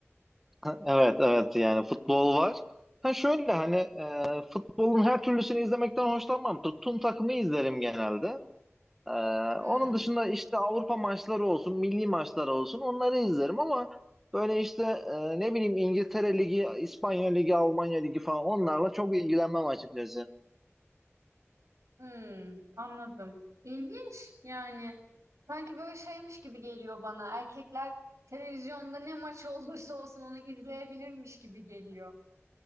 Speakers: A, in the centre; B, on the right.
A: Ha, Evet evet yani futbol var. Ha şöyle hani e, futbolun her türlüsünü izlemekten hoşlanmam. Tuttuğum takımı izlerim genelde. Ee,
B: Hmm,
A: onun dışında işte Avrupa maçları olsun, milli maçları olsun onları izlerim ama böyle işte e, ne bileyim İngiltere Ligi, İspanya Ligi, Almanya Ligi falan onlarla çok ilgilenmem açıkçası.
B: hmm, anladım. İlginç yani. Sanki böyle şeymiş gibi geliyor bana. Erkekler televizyonda ne maç <laughs> olursa olsun onu izleyebilirmiş gibi geliyor.